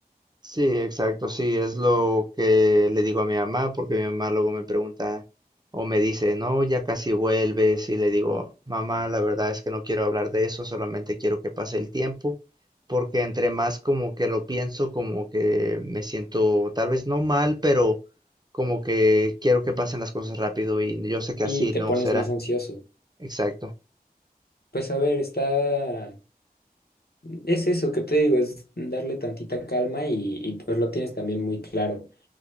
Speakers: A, on the right (about 25°); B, on the left (about 75°).
A: Sí, exacto, sí, es lo que le digo a mi mamá, porque mi mamá luego me pregunta o me dice, no, ya casi vuelves, y le digo, mamá, la verdad es que no quiero hablar de eso, solamente quiero que pase el tiempo, porque entre más como que lo pienso, como que me siento tal vez no mal, pero como que quiero que pasen las cosas rápido y yo sé que
B: y
A: así
B: te
A: no
B: pones
A: será.
B: más ansioso.
A: Exacto.
B: Pues a ver, está... Es eso que te digo, es darle tantita calma y, y pues lo tienes también muy claro.